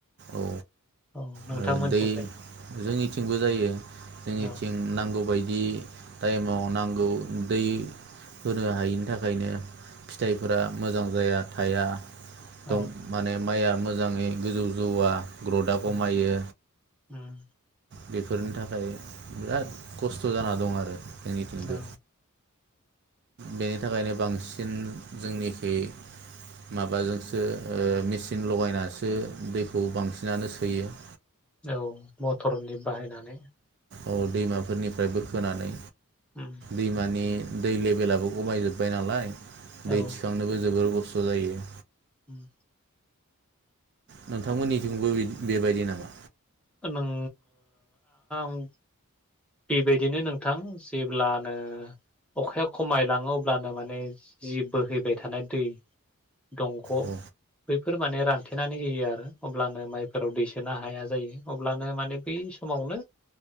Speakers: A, on the right; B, in the centre.
A: औ
B: औ नोंथांमोनथिंलाय
A: आरो दै जोंनिथिंबो जायो जोंनिथिं
B: औ
A: नांगौबायायदि टाइमाव नांगौ दै होनो हायिनि थाखायनो फिथाइफोरा मोजां जाया थाया
B: औ
A: दं माने माइया मोजाङै गोजौ जौवा ग्रथआ खमायो
B: उम उम
A: बेफोरनि थाखाय बिराद खस्थ जाना दं आरो जोंनिथिंबो
B: औ
A: बेनि थाखायनो बांसिन जोंनिखै माबाजोंसो ओ मेचिन लगायनासो दैखौ बांसिनानो सोयो।
B: औ मटरनि बाहायनानै
A: औ दैमाफोरनिफ्राय बोखोनानै
B: उम
A: दैमानि दै लेबेलाबो गमायजोब्बाय नालाय
B: औ
A: दै थिखांनोबो जोबोर गस्थ ज जायो
B: ओम
A: नोंथांमोननिथिंबो बिदि बेबायदि नामा
B: नोंं <unintelligible> बेबायदिनो नोंथां जेब्लानो अखाया खमायलाङो अब्लानो माने जि बोहैबाय थानाय दै दंग'
A: औ
B: बैफोर माने रानथेनानै होयो आरो अब्लानो माइफोराव दैसोनो हाया जायो अब्लानो माने बै समावनो